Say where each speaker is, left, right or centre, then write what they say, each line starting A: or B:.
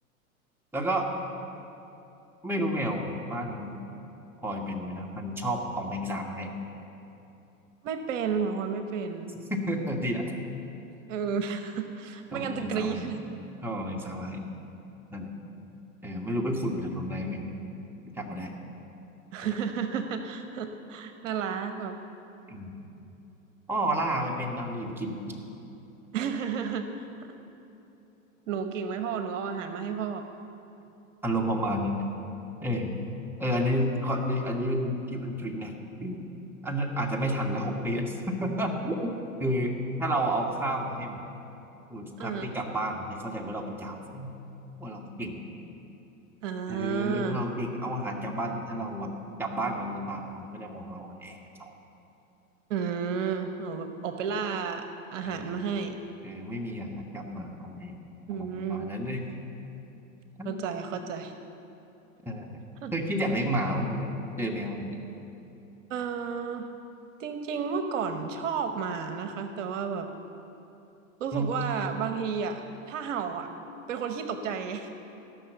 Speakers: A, in the centre; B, on the right.
A: ๆแล้วก็ไม่รู้แมวบ้านพลอยเป็นไหมนะมันชอบเอาแมงสาบมาให้
B: ไม่เป็นของพลอยไม่เป็น
A: <laughs> ดีแหละ
B: เออ <laughs>
A: <laughs> เราเอาแมงสาบมาให้
B: ไม่งั้นจะกรี๊ด
A: เขาเอาแมงสาบมาให้นั่นแหละเออไม่รู้ไปขุดมาจากหลุมไหนไม่รู้เนี่ยไปจับมาได้
B: <laughs>
A: นั่นแหละ
B: น่ารักแบบ
A: อืมอ้อล่าไปเป็นดาวนีไปกิน
B: <laughs> หนูเก่งไหมพ่อหนูเอาอาหารมาให้พ่อ
A: อารมณ์ประมาณนั้นเออเอออันนี้ขอนี่อันนี้เป็นทิปอันทริคนะคืออันนั้นอาจจะไม่ทันแล้วหกปี <laughs> คือถ้าเราเอาข้าวมาให้มัน
B: <laughs>
A: ทุกครั้งที่กลับบ้านมันจะเข้าใจว่าเราเป็นจ่าฝูง
B: อ่า
A: ว่าเราเก่ง
B: อ่า
A: เออเราเก่งเอาอาหารจากบ้านถ้าเราแบบกลับบ้านมามือเปล่าเราก็จะมองเราอ่อนแอกัน
B: อืมเอาแบบออกไปล่าอาหารมาให้
A: เออเออไม่มีอาหารกลับมาอะไรอารมณ์ประมาณนั้นเลย
B: อืม
A: <laughs>
B: เข้าใจเข้าใจ
A: เออ
B: <laughs>
A: เคยคิดอยากเลี้ยงหมาไหมครับเนี่ยเจอแมวอย่างนี้
B: เออจริงๆเมื่อก่อนชอบหมานะคะแต่ว่าแบบรู้สึกว่าบางทีอ่ะถ้าเห่าอ่ะเป็นคนขี้ตกใจ
A: อืม
B: <laughs> ไง